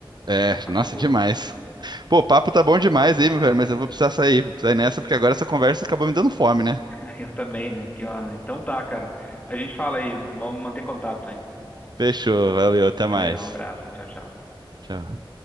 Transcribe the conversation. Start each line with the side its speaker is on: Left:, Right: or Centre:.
Right: É,
Left: Essa é a parte
Right: nossa,
Left: boa.
Right: demais. Pô, o papo tá bom demais aí, meu velho, mas eu vou precisar sair, vou precisar ir nessa, porque agora essa conversa acabou me dando fome, né?
Left: <laughs> Eu também, né? Pior, né? Então tá, cara. A gente fala aí. Vamos manter contato, hein?
Right: Fechou, valeu, até
Left: Valeu,
Right: mais.
Left: um abraço. Tchau, tchau.
Right: Tchau.